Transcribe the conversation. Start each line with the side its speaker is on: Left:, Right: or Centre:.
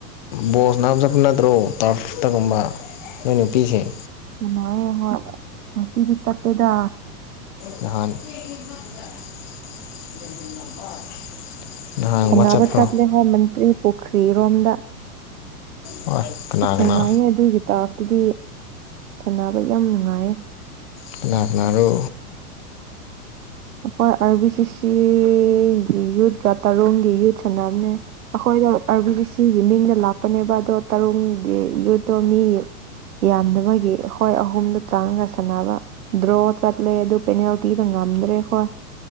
Left: ꯕꯣꯜ ꯁꯥꯅꯕ ꯆꯠꯄ ꯅꯠꯇ꯭ꯔꯣ ꯇꯔꯐꯇꯒꯨꯝꯕ ꯅꯣꯏ ꯅꯨꯄꯤꯁꯤꯡ
Right: ꯎꯅꯌꯦ ꯍꯣꯏ ꯉꯁꯤꯗꯤ ꯆꯠꯇꯦꯗ
Left: ꯅꯍꯥꯟ <unintelligible>
Right: ꯁꯥꯟꯅꯕ
Left: ꯆꯠꯄ꯭ꯔꯣ
Right: ꯆꯠꯂꯦ ꯍꯣ ꯃꯟꯇ꯭ꯔꯤ ꯄꯨꯈ꯭ꯔꯤꯔꯣꯝꯗ
Left: ꯍꯣꯏ ꯀꯅꯥ
Right: ꯑꯁ
Left: ꯀꯅꯥ
Right: ꯅꯨꯡꯉꯥꯏꯌꯦ ꯑꯗꯨꯒꯤ ꯇꯥꯔꯐꯇꯨꯗꯤ ꯁꯥꯟꯅꯕ ꯌꯥꯝ ꯅꯨꯡꯉꯥꯏꯌꯦ
Left: ꯀꯅꯥ ꯀꯅꯥꯔꯣ
Right: ꯑꯩꯈꯣꯏ ꯑꯥꯔ ꯕꯤ ꯁꯤ ꯁꯤꯒꯤ ꯌꯨꯠꯀ ꯇꯔꯨꯡꯒꯤ ꯌꯨꯠ ꯁꯥꯟꯅꯕꯅꯦ ꯑꯩꯈꯣꯏꯗꯣ ꯑꯥꯔ ꯕꯤ ꯁꯤ ꯁꯤꯒꯤ ꯃꯤꯡꯗ ꯂꯥꯛꯄꯅꯦꯕ ꯑꯗꯣ ꯇꯔꯨꯡꯒꯤ ꯌꯨꯠꯇꯣ ꯃꯤ ꯌꯥꯝꯗꯕꯒꯤ ꯑꯈꯣꯏ ꯑꯍꯨꯝꯗꯣ ꯆꯪꯉꯒ ꯁꯥꯟꯅꯕ ꯗ꯭ꯔꯣ ꯆꯠꯂꯦ ꯑꯗꯨ ꯄꯦꯅꯦꯜꯇꯤꯗ ꯉꯝ ꯉꯝꯗ꯭ꯔꯦ ꯑꯩꯈꯣꯏ